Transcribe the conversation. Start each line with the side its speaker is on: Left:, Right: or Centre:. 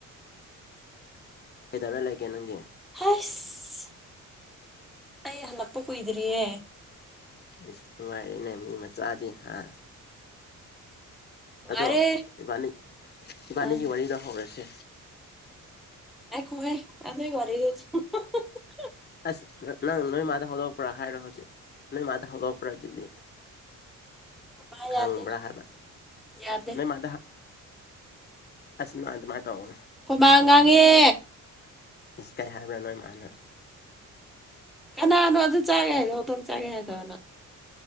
Left: ꯀꯩꯗꯧꯔ ꯂꯩꯒꯦ ꯅꯪꯗꯤ
Centre: ꯍꯩꯁ ꯑꯩ ꯍꯜꯂꯛꯄ ꯀꯨꯏꯗ꯭ꯔꯤꯌꯦ
Left: ꯑꯁ ꯅꯨꯡꯉꯥꯏꯔꯅꯦ ꯃꯤ ꯃꯆꯥꯗꯤ ꯍꯥ
Centre: ꯅꯨꯡꯉꯥꯏꯔꯦ
Left: ꯑꯗꯣ ꯏꯕꯥꯅꯤ ꯏꯕꯥꯅꯤꯒꯤ
Centre: ꯑ
Left: ꯋꯥꯔꯤꯗꯣ ꯍꯧꯔꯁꯦ
Centre: ꯉꯥꯏꯈꯣꯥꯍꯦ ꯑꯗꯨꯏ ꯋꯥꯔꯤꯗꯣ <unintelligible>
Left: ꯑꯁ ꯅꯪ ꯅꯣꯏ ꯃꯥꯗ ꯍꯧꯗꯣꯛꯛꯄ꯭ꯔꯥ ꯍꯥꯏꯔꯣ ꯍꯧꯖꯤꯛ ꯅꯣꯏ ꯃꯥꯗ ꯍꯧꯗꯣꯛꯄ꯭ꯔꯥ ꯑꯗꯨꯗꯤ
Centre: ꯈꯣꯏꯃꯥ
Left: ꯍꯪꯕ꯭ꯔꯥ
Centre: ꯌꯥꯗꯦ
Left: ꯍꯥꯏꯕ꯭ꯔ
Centre: ꯌꯥꯗꯦ
Left: ꯅꯣꯏ ꯃꯥꯗ ꯑꯁ ꯃꯥ ꯃꯥ ꯇꯥꯒ
Centre: ꯀꯣꯏꯃꯥꯡ ꯉꯥꯡꯉꯦ
Left: ꯏꯁ ꯀꯩ ꯍꯥꯏꯕ꯭ꯔꯥ ꯅꯣꯏ ꯏꯃꯅ
Centre: ꯀꯅꯥꯅꯣ ꯑꯗꯨ ꯆꯥꯒꯦ ꯍꯥꯏꯗꯣ ꯍꯧꯇꯣꯝ ꯆꯥꯒꯦ ꯍꯥꯏꯗꯅ